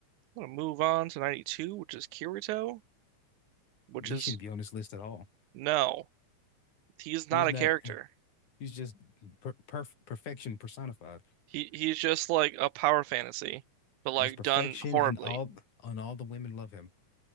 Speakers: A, on the right (about 80°); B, on the left (about 75°).
A: gonna move on to 92, which is Kirito, which
B: he
A: is
B: shouldn't be on this list at all.
A: no, he's
B: He's
A: not
B: not
A: a character.
B: he's just per, perf, perfection personified.
A: He he's just like a power fantasy, but like
B: He's perfection
A: done horribly.
B: and all and all the women love him.